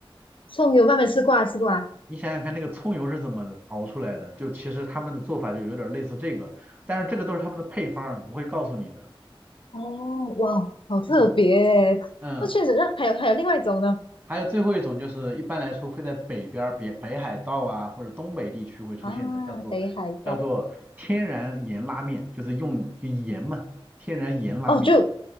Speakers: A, on the left; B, on the right.
A: 葱油拌面吃过啊，吃过啊，
B: 你想想看，那个葱油是怎么熬出来的？就其实他们的做法就有点类似这个，但是这个都是他们的配方儿，不会告诉你的。
A: 哦哇，好特别耶那确实，
B: 嗯嗯，
A: 那还有还有另外一种呢，
B: 还有最后一种就是一般来说会在北边儿北北海道啊或者东北地区会出现的，
A: 啊，
B: 叫做叫做天然盐拉面，
A: 北海道，
B: 就是用就盐嘛，天然盐拉面
A: 哦，就